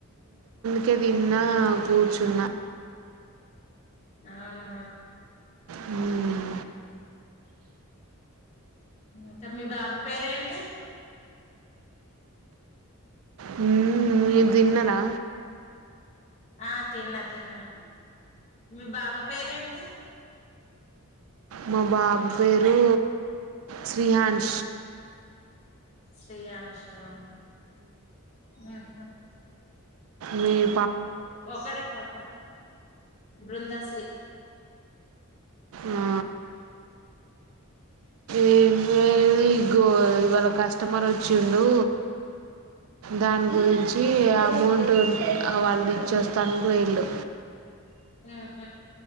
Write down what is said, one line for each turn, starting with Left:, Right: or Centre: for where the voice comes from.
Right: కె విన్నా కూర్చున్నా
Left: అవునా
Right: హ్మ్
Left: హ్మ్ చెప్ మీ బాబా పేరేంటి
Right: హ్మ్ మీర్ తిన్నరా
Left: ఆ తిన్నా తిన్నా మీ బాబా పేరేంటి
Right: మా బాబు పేరు శ్రీహన్
Left: శ్రీయంషా హ్మ్ హ్
Right: మీరు
Left: ఒకడే పాప బృందాశ్రీ
Right: ఆ ఏం లేదు ఇగో వాల్ ఒక కస్టమర్ వచ్చిండు దాని గురించి తి అమౌంట్ వాళ్ళుది ఇచ్చేస్తాను అని పోయిల్లు
Left: ఆహ